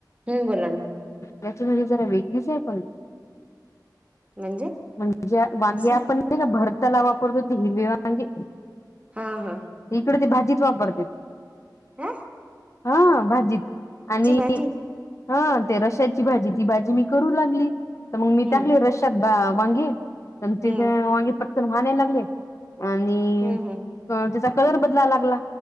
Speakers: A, on the right; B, on the left.
A: हम् बोला ना.
B: <unintelligible> जरा वेगळीच आहे पण
A: म्हणजे
B: म्हणजे वांगे
A: कशी
B: आपण नाई का भरताला वापरतो ते हिरवे वांगे
A: हा हा.
B: इकडे ते भाजीत वापरते.
A: हं.
B: हा भाजी आणि
A: भाजी
B: हा ते रशाची भाजी ती भाजी मी करू लागली तर मग मी
A: हम्म
B: टाकले रशद वांगे प तिथे
A: हम्म
B: मागे पटकन व्हाण्यायला लागले आणि
A: हम्म हम्म
B: त्याचा कलर बदलाला लागला